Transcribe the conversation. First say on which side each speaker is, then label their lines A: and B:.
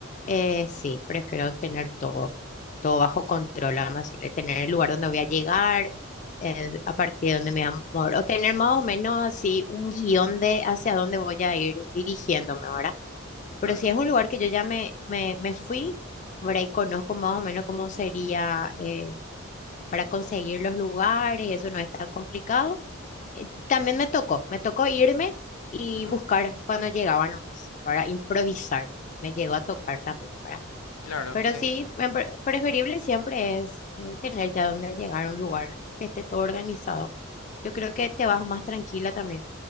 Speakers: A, on the left; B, on the left.
A: eh, sí,
B: Ujú,
A: prefiero tener todo, todo bajo control, además tener el lugar donde voy a llegar, eh, a partir de dónde me voy a mover, o tener más o menos así un guión de hacia dónde voy a ir dirigiéndome, ¿verdad? Pero
B: claro,
A: si es un lugar que yo ya me, me, me fui, por ahí conozco más o menos cómo sería eh, para conseguir los lugares, y eso no es tan complicado. Eh, también me tocó, me tocó irme y
B: ujú,
A: buscar cuando llegaba nomás, para improvisar. Me llegó a tocar también, para
B: claro,
A: Pero
B: sí,
A: sí, me pre- preferible siempre es eh, tener ya donde llegar a un lugar que esté todo organizado. Yo creo que te vas más tranquila también.